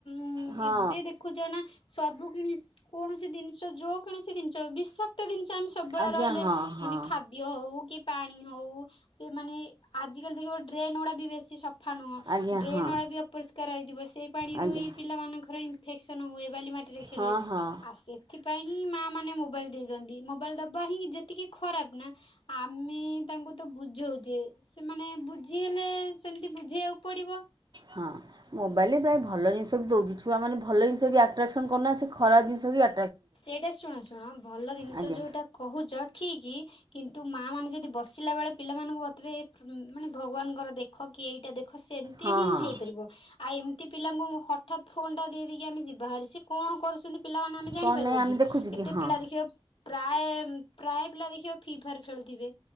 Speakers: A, on the left (about 65°); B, on the right (about 50°).
A: ଉଁ
B: ହଁ
A: ଏବେ ଦେଖୁଛ ନା ସବୁ କିଣି କୌଣସି ଜିନିଷ ଯଉ କୌଣସି ଜିନିଷ ବିଷାକ୍ତ ଜିନିଷ ଟେନସନ୍ ସବୁବେଳେ
B: ଆଜ୍ଞା
A: ରହିଲେ
B: ହଁ ହଁ
A: ମାନେ ଖାଦ୍ୟ ହଉ କି ପାଣି ହଉ ସେ ମାନେ ଆଜି କାଲି ଦେଖିବ ଡ୍ରେନ୍ ଗୁଡା ବି ବେଶୀ ସ ସଫା ନୁହେଁ
B: ଆଜ୍ଞା
A: ଡ୍ରେନ୍
B: ହଁ
A: ଗୁରା ବି ଅପରିଷ୍କାର ହେଇଯିବ ସେଇ ପାଣିରୁ
B: ଆଜ୍ଞା
A: ହିଁ ପିଲାମାନଙ୍କର ଇଁ ଇଫେସନ ହୁଏ ବାଲି ମାଟିରେ ଖେଳି
B: ହଁ
A: ଲେ
B: ହଁ
A: ଆଉ ସେଥିପାଇ ହିଁ ମା ମାନେ ମୋବାଇଲ ଦେଇ ଦିଅନ୍ତି। ମୋବାଇଲ ଦବା ହିଁ ଯେତିକି ଖରାପ ନା ଆମେ ତାଙ୍କୁ ତ ବୁଝଉଛେ ସେମାନେ ବୁଝି ହେଲେ ସେମିତି ବୁଝେଇବାକୁ ପଡିବ।
B: ହଁ ମୋବାଇଲରେ ପ୍ରାୟ ଭଲ ଜିନିଷ ବି ଦେଉଛି ଛୁଆମାନେ ଭଲ ଜିଷ ବି ଆଟ୍ରାକ୍ସନ୍ କରୁ ନାହାଁ ସେ ଖରାପ ଜିନିଷ ବି ଆ
A: ସେଇଟା ଶୁଣ ଶୁଣ ଭଲ ଜିନିଷ
B: ଆଜ୍ଞା
A: ଯୋଉଟା କହୁଛ ଠିକ କିନ୍ତୁ ମାଆ ମାନେ ଯଦି ବସିଲା ବେଳେ ପିଲାମାନଙ୍କୁ କତିବେ ମାନେ ଭଗବାନଙ୍କର ଦେଖ କି ଏଇଟା ଦେଖ ସେମିତି
B: ହଁ
A: ହିଁ
B: ହଁ
A: ହେଇପାରିବ। ଆଉ ଏମିତି ପିଲାଙ୍କୁ ହଠାତ୍ ଫୋନ ଟା ଦେଇକି ଆମେ ଯିବା ହାରି ସ କଣ କରୁଛନ୍ତି ପିଲାମାନେ ଆମେ
B: କଣ
A: କି
B: ନାହିଁ ଆମେ ଦେଖୁଛୁ କି
A: ଏତେ
B: ହଁ
A: ପିଲା ଦେଖିବ ପ୍ରାୟ ପ୍ରାୟ ପିଲା ଦେଖିବ ଫି ଫାର ଖେଳୁଥିବେ।